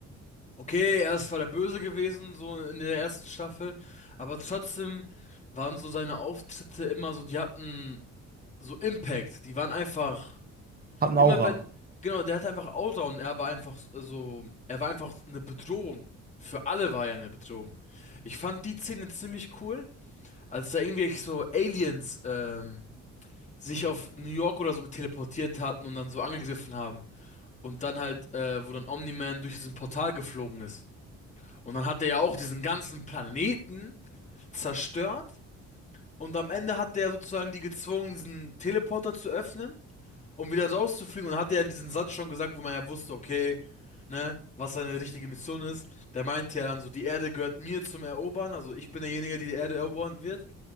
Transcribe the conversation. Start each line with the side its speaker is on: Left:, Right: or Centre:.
Left: Okay, er ist zwar der Böse gewesen, so in der ersten Staffel, aber trotzdem waren so seine Auftritte immer so, die hatten so Impact. Die waren einfach,
Right: Hat eine
Left: immer
Right: Aura.
Left: wenn, genau, der hatte einfach Outdown, er war einfach so, er war einfach eine Bedrohung. Für alle war er eine Bedrohung. Ich fand die Szene ziemlich cool, als da irgendwelche so Aliens, ähm, sich auf New York oder so teleportiert hatten und dann so angegriffen haben. Und dann halt, äh, wo dann Omni-Man durch diesen Portal geflogen ist. Und dann hat er ja auch diesen ganzen Planeten zerstört. Und am Ende hat der sozusagen die gezwungen, diesen Teleporter zu öffnen, um wieder rauszufliegen. Und dann hat er ja diesen Satz schon gesagt, wo man ja wusste, okay, ne, was seine richtige Mission ist. Der meinte ja dann so, die Erde gehört mir zum Erobern. Also ich bin derjenige, der die Erde erobern wird.